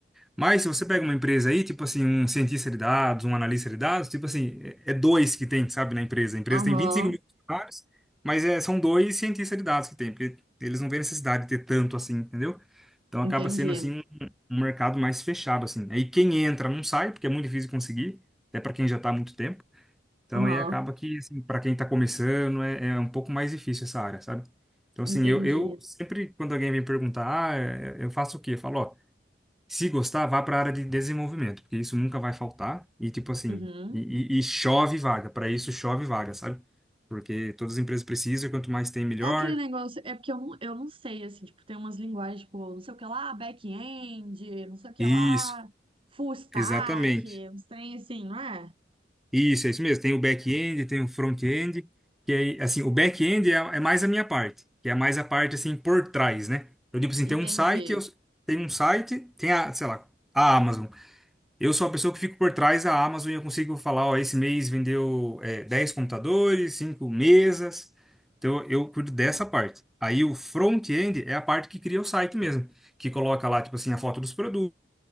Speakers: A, in the centre; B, on the right (about 30°).
A: Mas se você pega uma empresa aí, tipo assim, um cientista de dados, um analista de dados, tipo assim, é é dois que tem, sabe, na empresa. A empresa
B: Aham,
A: tem 25 mil funcionários, mas é, são dois cientistas de dados que tem, porque eles não veem necessidade de ter tanto assim, entendeu? Então
B: entendi.
A: acaba sendo assim um, um mercado mais fechado, assim. Aí quem entra não sai, porque é muito difícil conseguir, até para quem já está há muito tempo. Então,
B: Aham,
A: aí acaba que, assim, para quem está começando, é, é um pouco mais difícil essa área, sabe? Então, assim,
B: entendi.
A: eu, eu sempre, quando alguém vem perguntar, ah, é- é, eu faço o quê? Eu falo, ó, se gostar, vá para a área de desenvolvimento, porque isso nunca vai faltar. E, tipo assim,
B: Uhum.
A: e, e- e chove vaga, para isso chove vaga, sabe? Porque todas as empresas precisam, e quanto mais tem, melhor.
B: É aquele negócio, é porque eu não, eu não sei, assim, tipo, tem umas linguagens, tipo, não sei o que lá, back-end, não sei o que
A: Isso,
B: lá, full stack,
A: exatamente.
B: uns trem assim, não é?
A: Isso, é isso mesmo. Tem o back-end, tem o front-end, que é assim, o back-end é, é mais a minha parte, que é mais a parte assim por trás, né? Eu tipo assim,
B: Entendi.
A: tem um site, eu tem um site, tem a, sei lá, a Amazon. Eu sou a pessoa que fico por trás da Amazon e eu consigo falar, ó, esse mês vendeu é, 10 computadores, 5 mesas. Então eu cuido dessa parte. Aí o front-end é a parte que cria o site mesmo, que coloca lá tipo assim a foto dos produtos,